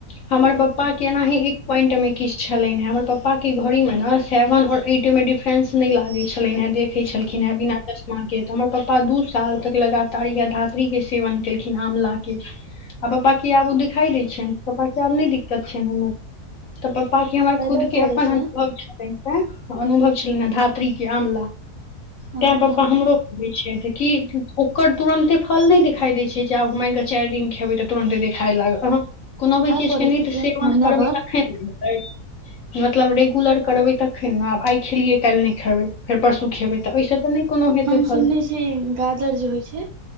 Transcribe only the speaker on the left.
हमर पप्पा के एना ही एक पॉइंट मे किछ छलनि हे हमर पप्पा के घड़ी में ने सेवन आओर एट मे डिफे फ्रेंस नहि लागे छलनि हे देखे छलखिन हेँ बिना चश्मा के तऽ हमर पप्पा दू साल तक लगातार यएह धात्री के सेवन केलखिन आमलाक के आ पप्पा की आब ओ दिखाई दै छनि पप्पा के आब नहि दिक्कत छनि हमर पप्पा के हमर
खुद के
अपन
अनुभव छै अनुभव छलनि हे धात्री के आवला
तैं पप्पा
हमरो तऽ क ओकर तुरन्ते फल नहि देखाई देय छै जे आब मान के चारि दिन खेबै तऽ तुरन्ते खाय लाग अ कोनो भी
चीज
के न
तऽ सेवन
करबै
तखन ने हेतै मतलब रेगुलर करबै तखन ने आब आइ खेलियै काल्हि नहि खेबै फेर परसू खेबै तऽ एहिसँ तऽ नहि कोनो हेतै
फल